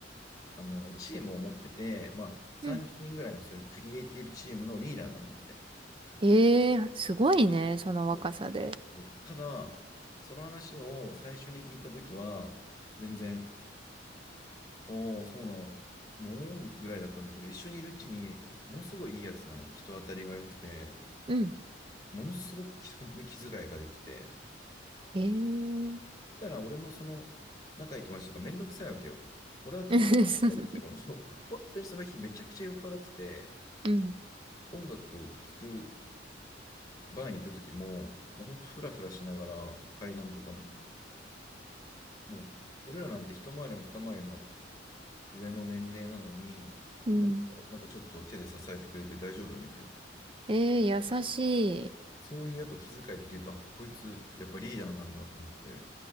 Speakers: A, on the left (about 20°); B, on the right (about 30°).
A: あの、チームを持ってて、まあ、30人ぐらいのそういうクリエイティブチームのリーダーなんだって。
B: うん。ええすごいね、その若さで。
A: おおただ、その話を最初に聞いたときは、全然、おー、そうなのぐらいだったんだけど、一緒にいるうちに、ものすごいいいやつなの。人当たりが良くて、
B: うん。
A: ものすごく本当に気遣いができて、
B: ええ
A: 言ったら俺のその仲いい友達とかめんどくさいわけよ。俺は友達だからいいけど、
B: <laughs>
A: もう本当にその日めちゃくちゃ酔っ払ってて、
B: うん。
A: 音楽聴くバーに行った時も、もうほんとフラフラしながら階段とかも、もう俺らなんて一回りも二回りも上の年齢なのに、
B: うん。
A: もうほんとなんかちょっと手で支えてくれて大丈夫みたいな。
B: ええ優しい。
A: そういうやっぱ気遣いできると、あ、こいつやっぱリーダーなんだと思って、